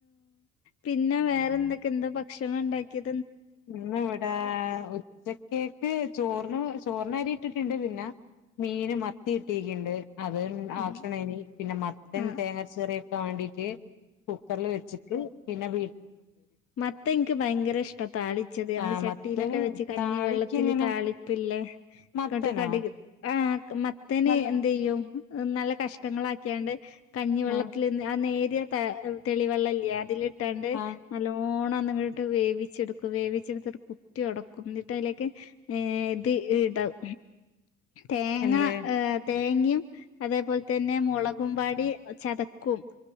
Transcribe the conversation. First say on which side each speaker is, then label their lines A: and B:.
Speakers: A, on the left; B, on the left.
A: പിന്നെ വേറെന്തൊക്കെ എന്താ ഭക്ഷണം ഉണ്ടാക്കിയ
B: ഇന്ന് ഇവടെ <unintelligible> കേക്ക് ചോറിന് ചോർന് അരി ഇട്ടിട്ടുണ്ട് പിന്നെ മീന് മത്തി കിട്ടിക്ണ്ട് അത് കഴിഞ്
A: ഉം
B: ആക്ണേനി പിന്നെ മത്തൻ
A: ആഹ്
B: തേങ്ങാ അരച്ച് കറിക്കാൻ വേണ്ടീട്ട് കുക്കറിൽ വെച്ചിട്ട് പിന്നെ വീ
A: മത്തൻ ഇൻക്ക് ഭയങ്കര ഇഷ്ട താളിച്ചത് നമ്മള്
B: ആ
A: ചട്ടിലൊക്കെ
B: മത്തന്
A: വെച്ച് കഞ്ഞിവെള്ളത്തില്
B: താളിക്ക് എങ്ങനെ
A: താളിപ്പ്ല്ലേ
B: മത്തനോ
A: കട് കട്ക് മത്തന്
B: നല്ല
A: എന്ത്‌യ്യും നല്ല കഷ്ണങ്ങളാക്കിയാണ്ട് കഞ്ഞിവെള്ളത്തില്
B: ആ
A: നിന്ന് നേരി രിയ താ തെളിവെള്ളല്ലേ അതിലിട്ടാണ്ട്
B: ആ
A: ഓണം ന്നിട്ട് വേവിച്ചെടുക്കും വേവിച്ചെടുത്തിട്ട് കുത്തി ഒടക്കും എന്നിട്ട് അതിലേക്ക് ഹേ ഇത് ഹ് ണ്ടാവും തേങ്ങ
B: എന്ത്
A: തേ ന്യും അതേ പോലെ തന്നെ മോളകും പാടി ചതക്കും